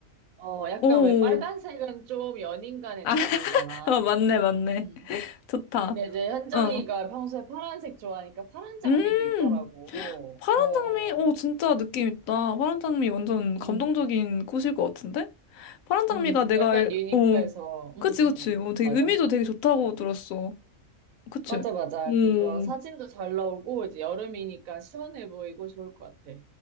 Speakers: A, on the right; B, on the left.
A: 어, 약간
B: 오,
A: 왜 빨간색은 좀 연인간의
B: 아,
A: 느낌이잖아.
B: <laughs> 어, 맞네, 맞네.
A: 음.
B: 좋다.
A: 근데 이제 현정이가
B: 어.
A: 평소에 파란색 좋아하니까 파란 장미도
B: 음,
A: 있더라고.
B: 파란
A: 어, 어.
B: 장미, 오, 진짜 느낌 있다. 파란 장미 완전
A: 음,
B: 감동적인 꽃일 것 같은데? 파란 장미가
A: 음,
B: 내가
A: 그 약간
B: 알,
A: 유니크해서,
B: 오,
A: 음,
B: 그치, 그치.
A: 음,
B: 어, 되게
A: 맞아.
B: 의미도 되게 좋다고
A: 어.
B: 들었어. 그치?
A: 맞아, 맞아.
B: 오.
A: 그거 사진도 잘 나오고, 이제 여름이니까 시원해 보이고 좋을 것 같아.